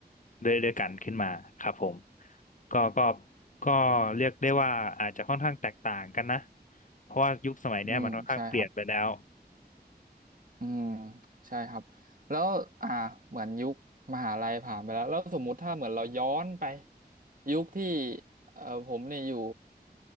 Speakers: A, on the left (about 50°); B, on the right (about 55°).
A: ด้วยด้วยกันขึ้นมาครับผมก็ก็ก็เรียกได้ว่าอาจจะค่อนข้างแตกต่างกันนะเพราะว่ายุคสมัยเนี้ยมันค่อนข้างเปลี่ยนไปแล้ว
B: อืมใช่ครับอืมใช่ครับแล้วอ่าเหมือนยุคมหาลัยผ่านไปแล้วแล้วสมมุติถ้าเหมือนเราย้อนไปยุคที่เออผมเนี่ยอยู่